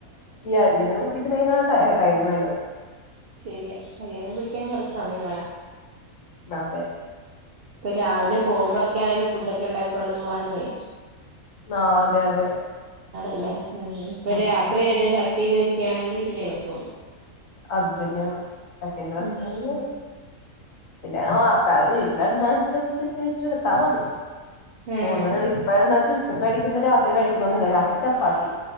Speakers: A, on the left (about 70°); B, on the right (about 60°).
A: ഈ അരിയ കുടിക്കുന്നാണ് ടൈം വേണ്ടത്
B: ശരിയാ ഹരിയാന പിടിക്കാൻ കൊറച്ച് സമയം വേണം
A: ഇത
B: ഇപ്പൊ രാവിലെ പോകുമ്പോഴൊക്കെ ആണെലും ഫുഡൊക്കെ ഉണ്ടാക്കൊണ്ട് പോവാനുവേ
A: ആഹ അതെ അതെ
B: ല്ലേ ഉ ഇപ്പൊ
A: ഉം
B: രാത്രി ഏത് കട്ട് ചെയ്ത് വെക്കയാണെങ്കി പിന്നെ എളുപ്പമുണ്ട്
A: അത് ശരിയാണ് കട്ട ചെയത് വെക്കാന
B: ഉം
A: പിന്നെ ആൾക്കാർ വീട്ടിലെണ്ണ അനുസരിച്ച് ചിരിച്ച എടുത്താ മതി
B: ഉം
A: കൂടുതൽ ഇപ്പഴന്ന് വെച്ച ഉച്ച കഴിക്കുന്നത് രാത്രി കഴിക്കണെന്നില്ല രാത്രി ചപ്പാത്തി